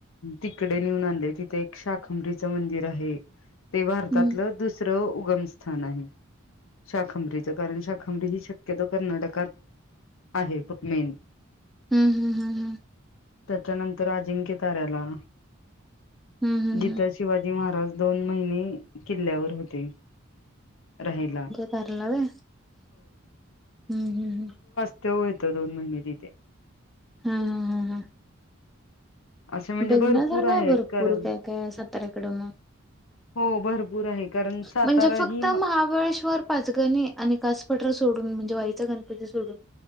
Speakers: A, on the left; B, in the centre.
A: तिकडे नेऊन आणले तिथे एक शाखंभरीचं मंदिर आहे ते भारतातलं
B: हम्म
A: दुसरं उगम स्थान आहे. शाखंभरीचं कारण शाखांभरी ही शक्यतो कर्नाटकात आहे मेन.
B: हम्म हम्म हम्म हम्म.
A: त्याच्यानंतर अजिंक्य ताऱ्याला
B: हम्म हम्म
A: जिथं
B: हम्म.
A: शिवाजी महाराज दोन महिने किल्ल्यावर होते. राहिला.
B: ताराला व्हय हम्म हम् ह
A: व्य होतं दोन महिने तिथे.
B: हा हा हा हा
A: असे म्हणजे
B: बघण्यासारखं
A: भरपूर आहेत
B: आहे भरपूर
A: कारण
B: काय काय साताऱ्याकडं मग
A: हो भरपूर आहे. कारण सातारा
B: म्हणजे फक्त
A: ही
B: महाबळेश्वर पाच गणी आणि कासपठार सोडून म्हणजे वाईचा गणपती सोडून